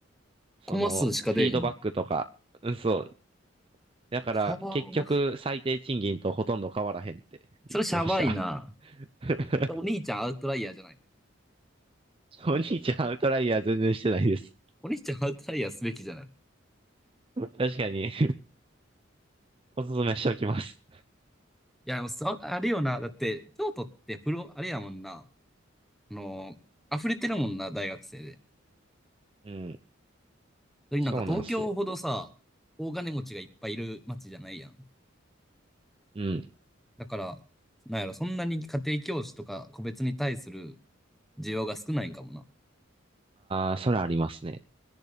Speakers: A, on the right; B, in the centre.
A: その、
B: コマ数しか出えへんの。
A: フィードバックとか、うん、そう。だから、
B: シャバーな。
A: 結局、最低賃金とほとんど変わらへんって言ってました。
B: それシャバいな。
A: <laughs>
B: お兄ちゃんアウトライヤーじゃない。
A: お兄ちゃん、アウトライヤー全然してないです。
B: お兄ちゃんアウトライヤーすべきじゃない。い
A: 確かに、おすすめしておきます。
B: や、もそあれよな。だって、京都ってフロ、あれやもんな。あのー、溢れてるもんな、大学生で。
A: うん、
B: それになんか東京ほどさ、
A: そうなんですよ。
B: 大金持ちがいっぱいいる街じゃないやん。
A: うん。
B: だから、なんやろ、そんなに家庭教師とか個別に対する需要が少ないんかもな。
A: ああ、それありますね。